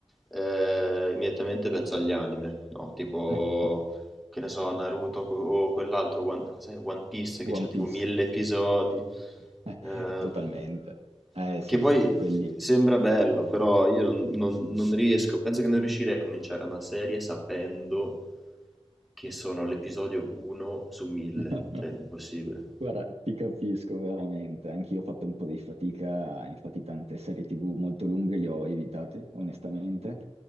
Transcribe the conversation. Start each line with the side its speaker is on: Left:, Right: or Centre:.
Centre: eh, immediatamente penso agli anime, no? Tipo
Right: <laughs>
Centre: che ne so, Naruto co- o quell'altro, One, cos'è? One Piece che
Right: Eh, One
Centre: c'ha tipo
Right: Piece,
Centre: mille episodi,
Right: <laughs>
Centre: ehm,
Right: totalmente. Eh sì,
Centre: che poi
Right: quelli.
Centre: sembra bello, però io non, non- non riesco, penso che non riuscirei a cominciare una serie sapendo che sono all'episodio 1 su 1000,
Right: <laughs>
Centre: cioè è impossibile.
Right: Guarda, ti capisco veramente, anch'io ho fatto un po' di fatica, infatti tante serie TV molto lunghe le ho evitate, onestamente,